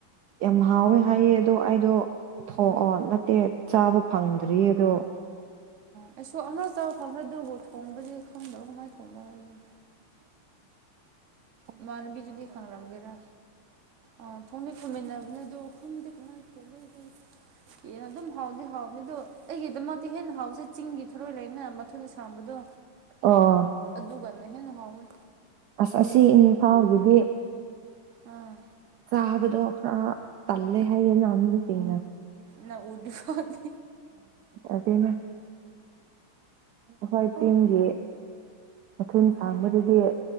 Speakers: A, on the right; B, on the right.
A: ꯌꯥꯝ ꯍꯥꯎꯋꯦ ꯍꯥꯏꯌꯦ ꯑꯗꯣ ꯑꯩꯗꯣ ꯊꯣꯛꯑꯣ
B: ꯑꯥ
A: ꯅꯠꯇꯦ ꯆꯥꯕ ꯐꯪꯗ꯭ꯔꯤ ꯑꯗꯣ
B: ꯑꯩꯁꯨ ꯑꯃ ꯆ ꯐꯗ ꯊꯣꯡꯕꯁꯦ ꯈꯪꯗ꯭ꯔ ꯀꯃꯥꯏ ꯊꯣꯡꯕ ꯍꯥꯏ
A: ꯍ
B: ꯃꯅꯕꯤꯁꯨꯗꯤ ꯈꯥ ꯂ ꯃꯒꯦꯔ ꯑ ꯈꯣꯡꯗꯤ ꯈꯨꯝꯃꯤꯟꯅꯕꯅꯦ ꯑꯗꯨ ꯈꯣꯡꯗꯤ ꯀꯃꯥꯏꯕꯣꯏ ꯑꯗꯨꯝ ꯍꯥꯎꯗꯤ ꯍꯥꯎꯕꯅꯤ ꯑꯗꯨ ꯑꯩꯒꯤꯗꯃꯛꯇꯤ ꯍꯦꯟꯅ ꯍꯥꯎꯁꯦ ꯆꯤꯡꯒꯤ ꯊꯔꯣꯏ ꯂꯩꯅ ꯃꯊꯣꯏꯗ ꯁꯥꯡꯕꯗꯣ
A: ꯑꯣ
B: ꯑꯗꯨꯒꯅ ꯍꯦꯟꯅ ꯍꯥꯎꯋꯦ
A: ꯑꯁ ꯑꯁꯤ ꯏꯨꯡꯐꯥꯎꯒꯤꯗꯤ
B: ꯑꯥ
A: ꯆꯥꯕꯗ ꯇꯂꯦ ꯍꯥꯏꯅꯃꯤꯁꯨ ꯆꯩꯅ
B: ꯅ ꯎꯗꯤ ꯐꯅꯤ
A: ꯑꯗꯨꯅꯦ ꯍꯣꯏ ꯇꯤꯟꯁꯦ ꯃꯊꯨꯝ ꯁꯥꯡꯕꯗꯨꯗꯤ